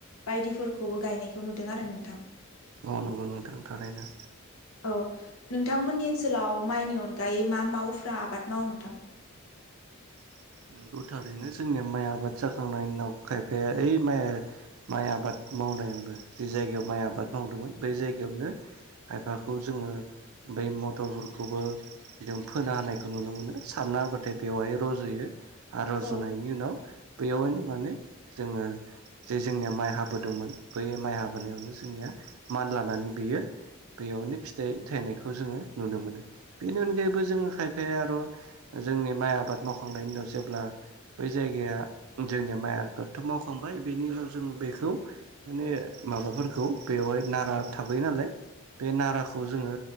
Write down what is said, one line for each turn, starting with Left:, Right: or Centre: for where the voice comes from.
Left: बायदिफोरखौबो गायनायखौ नुदों आरो नोंथां।
Right: औ नंगौ नोंथां थारैनो
Left: औ नोंथांमोननि ओनसोलाव माइनि अनगायै मा मावफ्रा आबाद मावो नोंथां?
Right: <inaudible> नोंगौ थारैनो जोंनिया माइ आबाद जाखांनायनि उनाव खायफाया ओइ माइ माइ आबाद मावनायावनो जि जायगायाव माइ आबाद मावदोंमोन बै जायगायावनो खायफाखौ जोङो बै मटरफोरखौबो जों फोनो हानायखौ नुनो मोनो सारना होबाथाय बेवहाय रज'यो। आरजनायनि
Left: औ
Right: उनाव बैयावनो माने जोङो जे जोंनिया माइ हाबोदोंमोन बै माइ हाबोनायावनो जोंनिया मान लानानै बियो बेयावनो फिथाइ थायनायखौ जोङो नुनो मोनो बेनि अनगायैबो जोङो खायफाया आर जोंनि माइ आबाद मावखांनायनि उनाव जेब्ला बै जायगाया जोंनिया माइ आबादथ' मावखांबाय बेनि उनाव जोङो बेखौ माने माबाफोरखौ बेवहाय नारा थाबाय नालाय बे नाराखौ जोङो